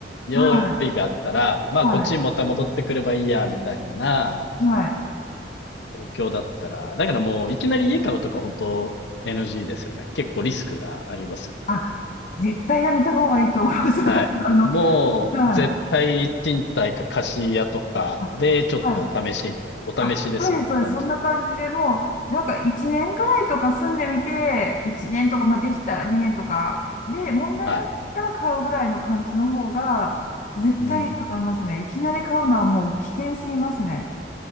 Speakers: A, on the left (about 80°); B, on the left (about 45°).
A: 用意があったら、
B: はい。
A: まあこっちにまた戻ってくればいいや、
B: は
A: みたいな
B: い。はい。
A: 状況だったら、だからもういきなり家買うとか本当 NG ですよね。結構リスクがありますよね。
B: あ、絶対やめた方がいいと思います。<laughs> 私、
A: はい。
B: あの、
A: もう絶対賃貸か貸し家とかでちょっと試しに、
B: はい。あはい
A: お試しですよね。
B: あ、そうです、そうです。
A: お試し。
B: そんな感じでもう、なんか1年ぐらいとか住んでみて、1年とか、まあできたら2年とか、で、問題なかったら買うぐらいの感じの方が、
A: はい。
B: 絶対いいと思いますね。
A: うん。
B: いきなり買うのはもう危険すぎますね。